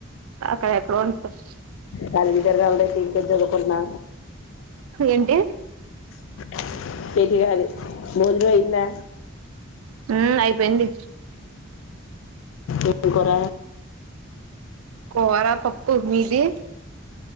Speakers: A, on the right; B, on the left.
A: అక్కడ ఎక్కడో ఉంటద్
B: కళ్కిద్దర రౌడతి <unintelligible> కొన్నా
A: ఏంటి
B: <unintelligible> పెరిగాదు భోజనం అయిందా
A: మ్మ్ అయిపోయింది
B: ఏం కూర
A: కోరా పప్పు మీది ది